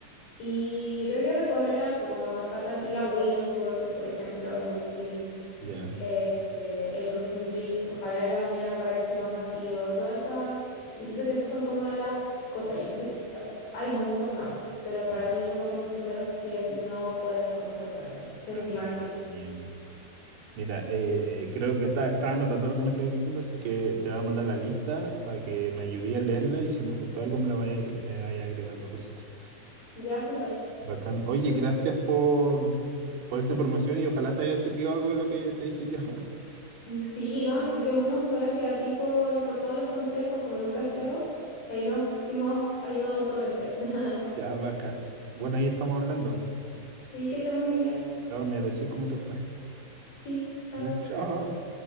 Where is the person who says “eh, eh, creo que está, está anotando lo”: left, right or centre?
Right